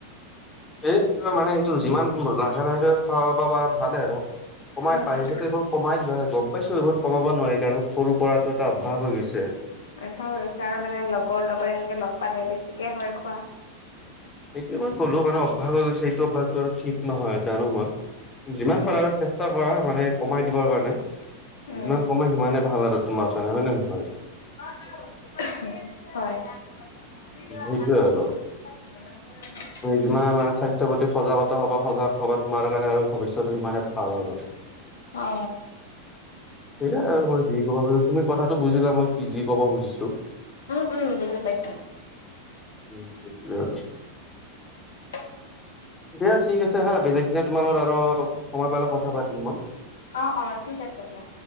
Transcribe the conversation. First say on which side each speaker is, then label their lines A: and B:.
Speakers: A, on the left; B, on the left.
A: এই মানে সেইটো যিমান লাহে লাহেকে খোৱাব পাৰা ভালে আৰু কমাই
B: উম
A: পাৰিলে টো এইবো কমাই দিবা গ'ম পাইছো এইবোৰ কমাব নোৱাৰি, কাৰণ সৰু পৰাটো এটা অভ্যাস হৈ গৈছে।
B: অভ্যাস হৈ গৈছে, আৰু মানে লগৰ লগত এনেকৈ লগ পালে বেছিকৈ হয় খোৱা।
A: এইটোয়ে মই ক'লো মানে অভ্যাস হৈ গৈছে। এইটো অভ্যাসটো আৰু ঠিক নহয় জানো মই যিমান
B: উম
A: পাৰা আৰু চে ষ্টা কৰা মানে কমাই দিবৰ কাৰণে,
B: উম
A: যিমান কমাই সিমানে ভাল আৰু তোমাৰ কাৰণে হয়নে নে নহয়?
B: হয়, হয়।
A: উম, সেইটোয়ে আৰু।
B: <unintelligible>
A: তুমি যিমান মানে স্বাস্থ্যৰ প্ৰতি সজাগতা'সবা সজাগ হব তোমাৰ কাৰণে আৰু ভৱিষ্যটো সিমানে ভাল ভাল হ'ব
B: অ
A: সেইয়াই আৰু মই যি কওঁ পিছত তুমি কথাটো বুজিলা মই কি যি কব খুজিছো।
B: উম উম বুজি পায় চো।
A: উম সেইখোৱ আৰু।
B: <unintelligible>
A: দিয়া ঠিক আছে হা বেলেগ দিনা তোমাৰ লগত আৰু সময় পালে কথা পাতিম মই।
B: অ অ ঠিক আছে দিয়া